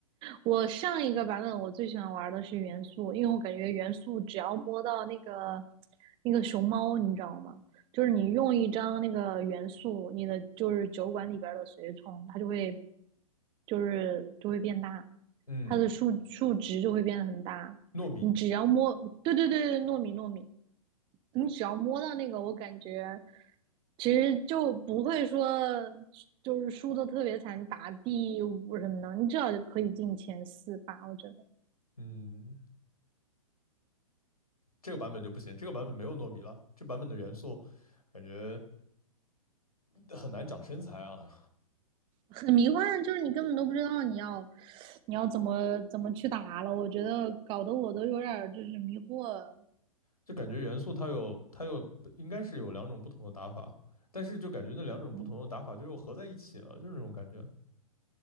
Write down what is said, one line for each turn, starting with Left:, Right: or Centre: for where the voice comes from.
Right: 我上一个版本我最喜欢玩的是元素，因为我感觉元素只要摸到那个那个熊猫，你知道吗？就是你用一张那个元素，你的就是酒馆里边的随从，它就会就是就会变大，
Left: 嗯，
Right: 它的数数值就会变得很大。
Left: 糯米，
Right: 你只要摸，对对对对，糯米糯米，你只要摸到那个，我感觉其实就不会说就是输的特别惨，打第五什么的，你至少可以进前四吧。我觉得
Left: 嗯，这个版本就不行，这个版本没有糯米了，这版本的元素感觉很难长身材啊，
Right: 很迷幻，就是你根本都不知道你要你要怎么怎么去打了。我觉得搞得我都有点儿就是迷惑，
Left: 就感觉元素它有它有应该是有两种不同的打法，但是就感觉那两种不同的打法就又合在一起了，
Right: 嗯
Left: 就是那种感觉。